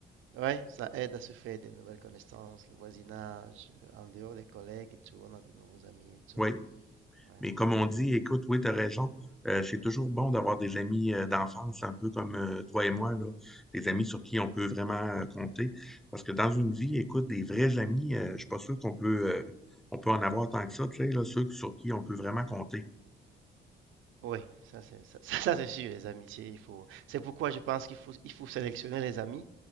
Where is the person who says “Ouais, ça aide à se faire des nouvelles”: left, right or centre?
Right